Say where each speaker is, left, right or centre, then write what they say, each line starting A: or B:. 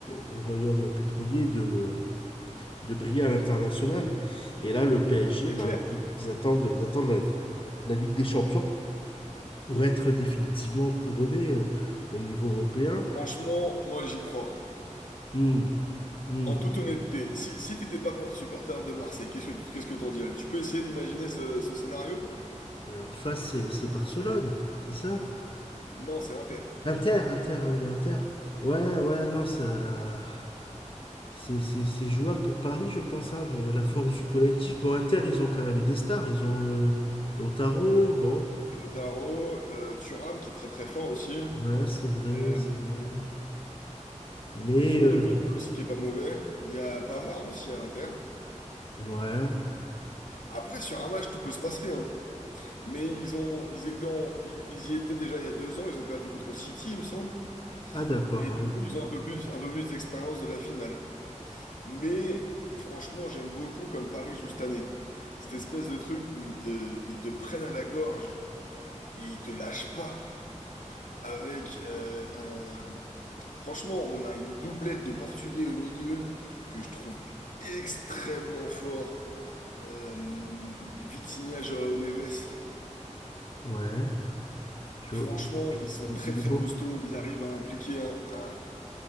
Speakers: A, on the left; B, on the left.
A: au royaume pétrolier de, de briller à l'international. Et là, le PSG,
B: c'est
A: ben,
B: clair.
A: ils attendent, ils attendent la la Ligue des Champions pour être définitivement couronné euh, au niveau européen.
B: Franchement, moi j'y crois.
A: Hmm, hmm.
B: En toute honnêteté, si, si t'étais pas pour- supporter de Marseille, qu'est-ce que qu'est-ce que t'en dirais? Tu peux essayer d'imaginer ce, ce scénario?
A: Euh, en face, c'est c'est Barcelone, c'est ça?
B: Non, c'est Inter.
A: Inter, Inter, ah oui, Inter. Ouais, ouais, non, ça, c'est c'est- c'est jouable pour Paris, je pense, hein, vu la force du collectif. Bon, Inter, ils ont quand même des stars, ils ont euh, Lautaro, bon,
B: Lautaro, euh, Thuram qui est très très fort aussi.
A: ouais, c'est vrai,
B: Euh,
A: c'est vrai. Mais,
B: Il y a du monde
A: euh,
B: au milieu aussi qui est pas mauvais. Il y a Pavard aussi à l'Inter.
A: ouais,
B: Après, sur un match, tout peut se passer, hein. Mais ils ont, ils étaient en, ils, ils y étaient déjà il y a deux ans. Ils ont perdu contre City, il me semble.
A: ah d'accord,
B: Et
A: ah
B: du
A: oui.
B: coup, ils ont un peu plus, un peu plus d'expérience de la finale. Mais franchement, j'aime beaucoup comme Paris joue cette année. Cette espèce de truc où ils te, ils te prennent à la gorge et ils te lâchent pas. Avec euh, un... Franchement, on a une doublette de Portugais au milieu que je trouve extrêmement fort. Euh, Vitinha, João Neves.
A: ouais, je-
B: Franchement,
A: je-
B: ils sont
A: il
B: très
A: il
B: très
A: est bon.
B: costauds. Ils arrivent à impliquer un, à-